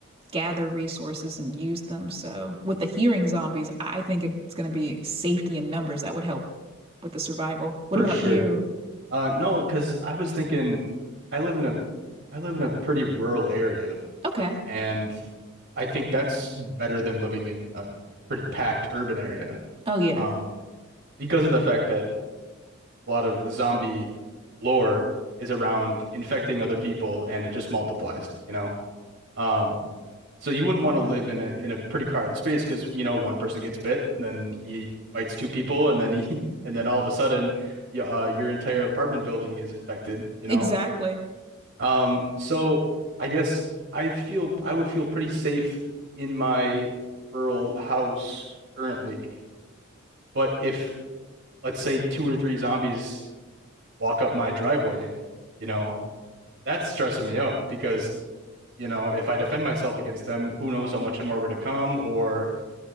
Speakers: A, on the right (about 25°); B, on the right (about 55°).
A: gather resources and use them. So with the hearing zombies, I think it's going to be safety in numbers that would help with the survival. What
B: For
A: about
B: sure.
A: you?
B: Uh, no, because I was thinking, I live in a, I live in a pretty rural area,
A: Okay.
B: and I think that's better than living in a pretty packed urban area.
A: Oh yeah.
B: Um, because of the fact that a lot of zombie lore is around infecting other people, and it just multiplies, you know. Um, So you wouldn't want to live in a in a pretty crowded space because you know one person gets bit, and then he bites two people, and then he <laughs> and then all of a sudden, y- uh, your entire apartment building is infected. You
A: Exactly.
B: know, um, so I guess I feel I would feel pretty safe in my rural house currently, but if let's say two or three zombies walk up my driveway, you know, that's stressing me out because you know if I defend myself against them, who knows how much more are going to come or